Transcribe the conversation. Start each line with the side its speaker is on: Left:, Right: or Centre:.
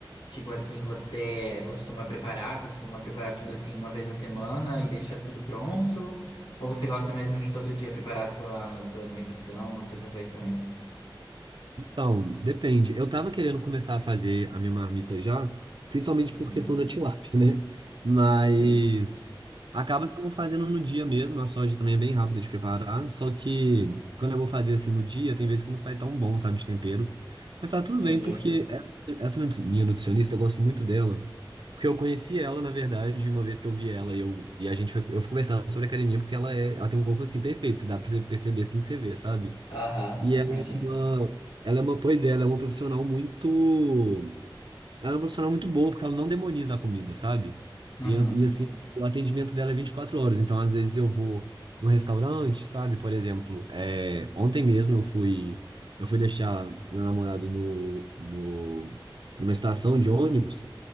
Left: Tipo assim, você costuma preparar, costuma preparar tudo assim uma vez na semana e deixa tudo pronto? Ou você gosta mesmo de todo dia preparar a sua, sua alimentação, as suas refeições?
Right: Então, depende. Eu tava querendo começar a fazer a minha marmita já, principalmente
Left: Uhum.
Right: por questão da tilápia, <laughs> né? Mas
Left: Sim,
Right: acaba que eu vou fazendo no dia mesmo. A soja também é bem rápida de preparar. Só que quando eu vou fazer assim no dia, tem vezes que não sai tão bom, sabe, de tempero. Mas tá tudo
Left: entendi.
Right: bem, porque essa, essa minha nutricionista, eu gosto muito dela. Porque eu conheci ela, na verdade, uma vez que eu vi ela e, eu, e a gente foi, eu fui conversar sobre academia, porque ela, é, ela tem um corpo assim perfeito. Se dá pra você perceber assim que você vê, sabe?
Left: Aham,
Right: E ela
Left: imagina.
Right: é uma, ela é uma, pois é, ela é uma profissional muito, ela é uma profissional muito boa, porque ela não demoniza a comida, sabe?
Left: Uhum.
Right: E, an- e assim, o atendimento dela é 24 horas, então às vezes eu vou num restaurante, sabe? Por exemplo, é, ontem mesmo eu fui, eu fui deixar meu namorado no, no, numa estação de ônibus,